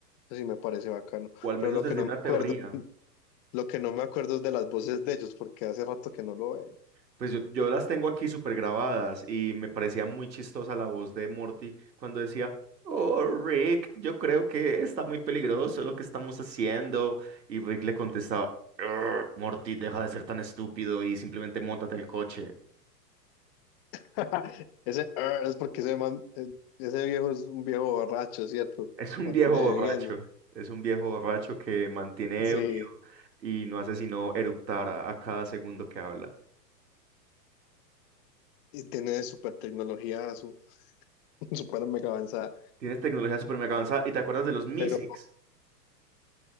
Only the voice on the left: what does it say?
Eso sí me parece bacano.
Pero
lo
que no
me acuerdo
Lo que no me acuerdo es de las voces de ellos, porque hace rato que no lo veo.
<laughs> Ese "er" es porque ese man, eh, ese viejo es un viejo borracho, ¿cierto?
Mantiene
bebiendo.
Sí,
y tiene super tecnología, su, <laughs> super mega avanzada.
Pero